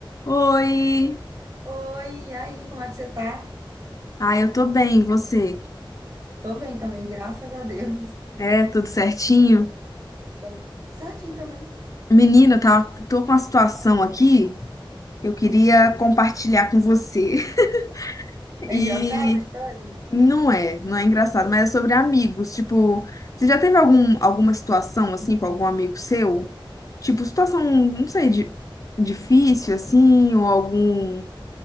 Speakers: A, on the left; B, on the right.
A: Oi!
B: Oi, e aí, como é que você tá?
A: Ah, eu tô bem, e você?
B: Tô bem também, graças a Deus.
A: É, tudo certinho?
B: Tô Certinho também.
A: Menina, tá, tô com uma situação aqui que eu queria
B: O que?
A: compartilhar com você. <laughs>
B: É
A: E
B: engraçado a história?
A: não é, não é engraçado, mas é sobre amigos. Tipo, você já teve algum, alguma situação assim com algum amigo seu? Tipo, situação, não sei, de, difícil assim, ou algum.